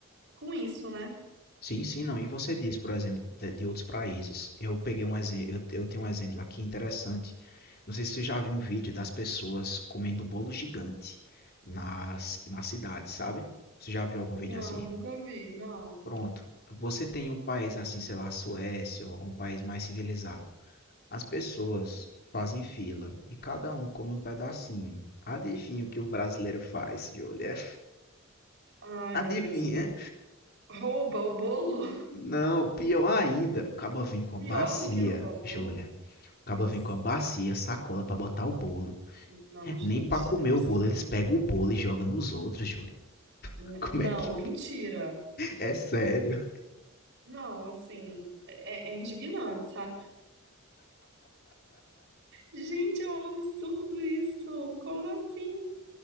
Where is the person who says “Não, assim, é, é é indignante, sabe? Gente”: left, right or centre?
Right